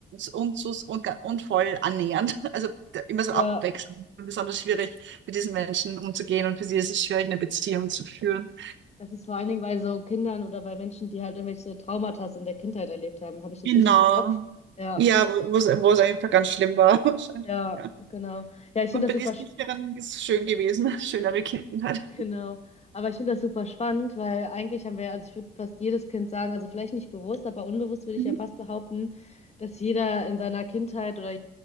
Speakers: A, on the right; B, on the left.
A: und, und, und, und voll annähernd. <laughs> Also der, immer so
B: Ja,
A: abwechselnd. Besonders schwierig, mit diesen Menschen umzugehen und für sie ist es schwierig, eine Beziehung zu führen.
B: das ist vor allen Dingen bei so Kindern oder bei Menschen, die halt irgendwelche Traumata in der Kindheit erlebt haben. Habe ich das
A: Genau.
B: richtig im Kopf? Ja,
A: Ja, wo wo es wo es einfach ganz schlimm war, <laughs> wahrscheinlich,
B: ja,
A: ja.
B: genau. Ja, ich finde
A: Und
B: das
A: bei
B: super
A: den sicheren ist es schön gewesen, <laughs> schönere Kindheit.
B: Genau. Aber ich finde das super spannend, weil eigentlich haben wir, also ich würde fast jedes Kind sagen, also vielleicht nicht bewusst, aber unbewusst würde ich
A: Mhm.
B: ja fast behaupten, dass jeder in seiner Kindheit oder